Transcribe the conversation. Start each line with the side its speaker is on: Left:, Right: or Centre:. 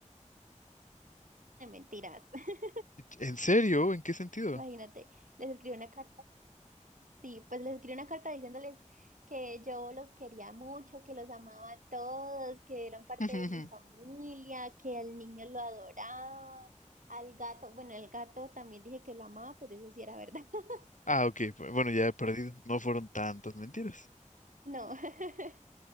Right: de mentiras. <laughs>
Left: ¿En serio? ¿En qué sentido?
Right: Imagínate, les escribí una carta Sí, pues les escribí una carta diciéndoles que yo los quería mucho, que los amaba a todos, que eran parte
Left: <laughs>
Right: de mi familia, que al niño lo adoraba, al gato, bueno, el gato también dije que lo amaba, pero eso sí era verdad. <laughs>
Left: Ah, ok. Bueno, ya he perdido. No fueron tantas mentiras.
Right: No, <laughs>